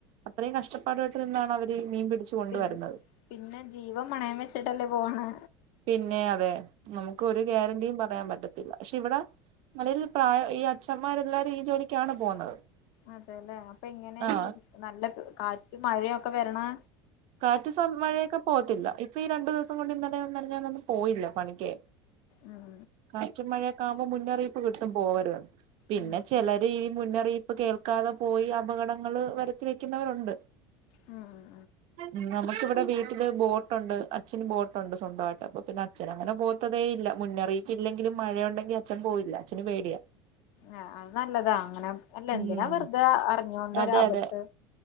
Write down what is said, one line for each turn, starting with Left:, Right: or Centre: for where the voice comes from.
Right: അത്രയും കഷ്ടപ്പാട് പെട്ട് നിന്നാണവരീ മീൻ പിടിച്ചു കൊണ്ടുവരുന്നത്
Left: പി പിന്നെ ജീവൻ പണയം വെച്ചിട്ടല്ലേ പോണ്.
Right: പിന്നെ അതെ നമുക്ക് ഒരു ഗ്യാരണ്ടിയും പറയാൻ പറ്റത്തില്ല പക്ഷെ ഇവിടെ <unintelligible> പ്രായം ഇയാ അച്ഛന്മാരെല്ലാരും ഈ ജോലിക്കാണ് പോകുന്നത്.
Left: അതെല്ലേ അപ്പൊ ഇങ്ങനെ
Right: ആഹ്
Left: ഈ നല്ല കാ മഴയൊക്കെ വെര്ണെ
Right: കാറ്റ് സ മഴയൊക്കെ പോവത്തില്ല ഇപ്പ ഈ രണ്ട് ദിവ്സം കൊണ്ട് ഇന്ന് <unintelligible> വന്നാലും ഞാന് അന്ന് പോയില്ല പണിക്ക്.
Left: ഉം
Right: കാറ്റും മഴെ ഒക്കെ ആകു മ്പം മുന്ന് അറീപ്പ് കിട്ടും പോവെര്ത് എന്ന് പിന്നെ
Left: ഉം
Right: ചെലെര് ഈ മുന്ന് അറീപ്പ് കേൾക്കാതെ പോയി അപകടങ്ങെൾ വര്ത്തി വെക്കിന്നവര് ഉണ്ട്.
Left: ഉം
Right: ഉം നമുക്ക് ഇവെടെ വീ ട്ടിൽ ബോട്ട് ഉണ്ട് അച്ഛെന് ബോട്ട് ഒണ്ട് സ്വന്തവായിട്ട് അപ്പൊ പിന്നെ അച്ഛൻ അങ്ങനെ പോത്തതെ ഇല്ല മുന്നറിയിപ്പില്ലെങ്കിലും മഴയുണ്ടെങ്കി അച്ഛൻ പോവില്ല അച്ഛന് പേടിയാ
Left: ആ അത് നല്ലതാ അങ്ങന അല്ല എന്തിനാ
Right: ഉം
Left: വെറുതെ ആ അറിഞ്ഞോണ്ട്
Right: അതെ
Left: ഒരാപത്ത്
Right: അതെ